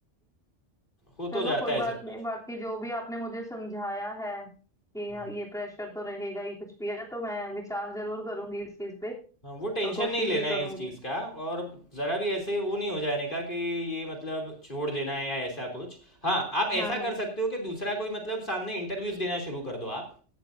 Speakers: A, on the left; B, in the centre.
A: हो
B: चलो
A: तो जाता
B: कोई
A: है
B: बात
A: सब
B: नहीं
A: कुछ
B: बाकी जो भी आपने मुझे समझाया है कि
A: हम्म।
B: हाँ, ये प्रेशर तो रहेगा ही कुछ भी है तो मैं विचार जरूर करूंगी इस चीज पे
A: हाँ वो टेंशन
B: और कोशिश
A: नहीं लेना
B: भी
A: है
B: करूंगी
A: इस चीज़ का और ज़रा भी ऐसे वो नहीं हो जाने का कि ये मतलब छोड़ देना है या ऐसा कुछ हाँ आप ऐसा
B: हाँ हाँ
A: कर सकते हो कि दूसरा कोई मतलब सामने इंटरव्यूज़ देना शुरू कर दो आप